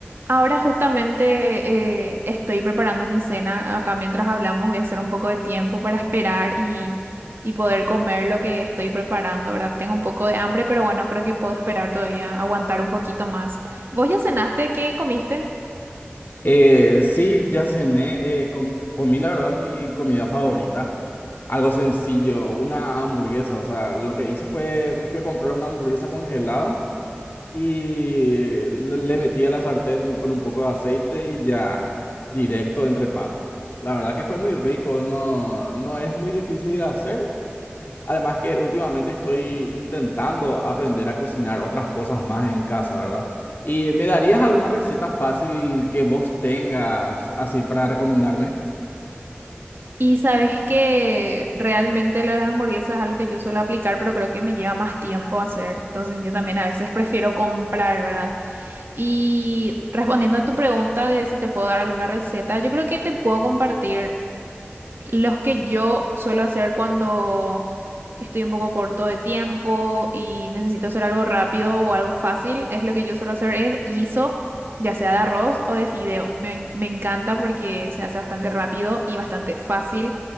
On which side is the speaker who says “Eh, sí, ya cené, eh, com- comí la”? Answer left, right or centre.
Left